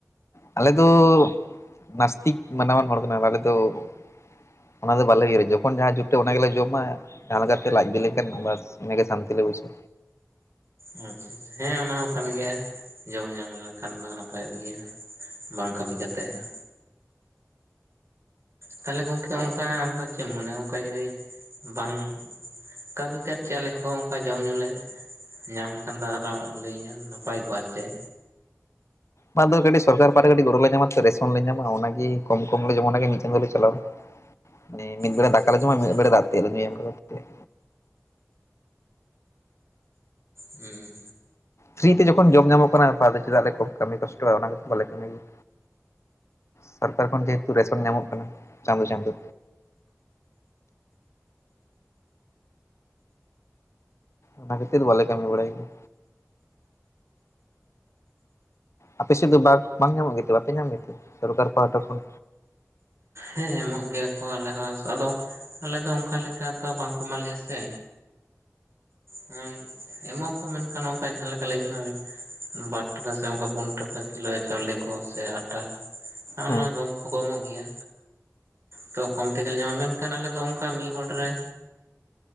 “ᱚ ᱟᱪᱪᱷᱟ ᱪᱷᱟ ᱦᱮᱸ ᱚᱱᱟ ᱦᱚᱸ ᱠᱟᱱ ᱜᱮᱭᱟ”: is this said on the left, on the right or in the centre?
Right